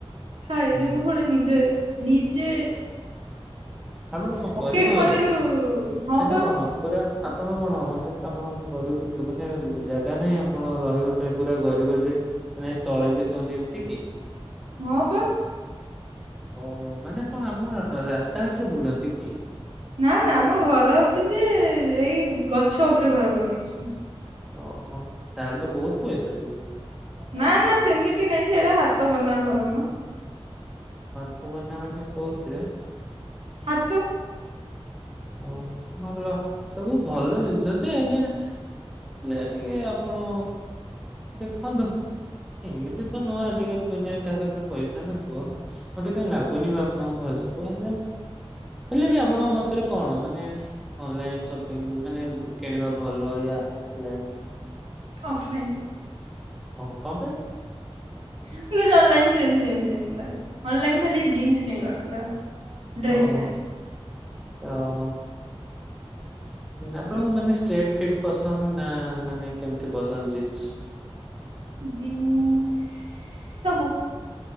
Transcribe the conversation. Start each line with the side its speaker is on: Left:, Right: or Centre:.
Right: ଥାଏ
Centre: ହୁଁ
Right: ଯେ ମୁଁ ଥୋଡି ନିଜେ ନିଜେ
Centre: ଆପଣ କଣ
Right: ପକେଟ
Centre: ଗରିବ
Right: ମନିରୁ
Centre: ଘର କି
Right: ହଁ
Centre: ମନେ
Right: ପା
Centre: କଣ? ପୁରା ଆପଣ କଣ ମାନେ ଆପଣ ଗରିବ ମାନେ ଜାଗା ନାହିଁ ଆପଣ ରହିବାକ? ପାଇଁ ପୁରା ଗରିବ ଯେ ନାଇଁ ତଳେ ବି ଶୁଅନ୍ତି ଏମିତି କି?
Right: ହଁ ପା।
Centre: ଓହୋ ମାନେ କଣ ଆପଣ ରାସ୍ତାଘାଟରେ ବୁଲନ୍ତି କି?
Right: ନାଁ ନାଁ ଆମ ଘର ଅଛି ଯେ ଏଇ ଗଛ ଉପରେ ଘର ବନେଇଛୁ।
Centre: ଓହୋ ତାହେଲେ ତ ବହୁତ ପାଏ ସେଥୁ।
Right: ନାଁ ନାଁ ସେମିତି ନାଇଁ ସେଇଟା ହାତ ବୁନା ଘର ମ।
Centre: ହାତ ବୁନା ମାନେ କୋଉଥିରେ?
Right: ହାତ।
Centre: ଓହୋ ଭଲ ସବୁ ଭଲ ଜିନିଷ ଯେ ହେଲେ ହେଲେ ଟିକେ ଆପଣ ଦେଖନ୍ତୁ। ଏମିତି ତ ନୁହଁ, ଆଜିକାଲି ଦୁନିଆରେ କାହା କତିରେ ପଇସା ନଥିବ? ମତେ କାହିଁ ଲାଗୁନି ବି ଆପଣଙ୍କ ଭୟସ୍ ହେଲେ ହେଲେ ବି ଆପଣଙ୍କ ମତରେ। କଣ ମାନେ ଅନଲାଇନ ସପିଙ୍ଗ୍ ମାନେ କିଣିବା ଭଲ ୟା ଅଫଲାଇନ?
Right: ଅଫ୍ଲାଇନ୍।
Centre: ଓହୋ କଣ ପାଇଁ?
Right: <unintelligible> ଅନଲାଇନ ସିମ୍ ସିମ୍ ସିମ ଥାଏ ଅନଲାଇନ ଖାଲି ଜିନ୍ସ କିଣିବା କଥା। ଡ୍ରେସ୍
Centre: ଯାହା ହେଉ
Right: ନାହିଁ
Centre: ଯାହା ହେଉ ଆପଣଙ୍କୁ
Right: ୟେସ୍
Centre: ମାନେ ଷ୍ଟ୍ରେଟ ଫିଟ ପସନ୍ଦ ନାଁ ମାନେ କେମତି ପସନ୍ଦ ଜିନ୍ସ?
Right: ଜିନ୍ସ ସବୁ।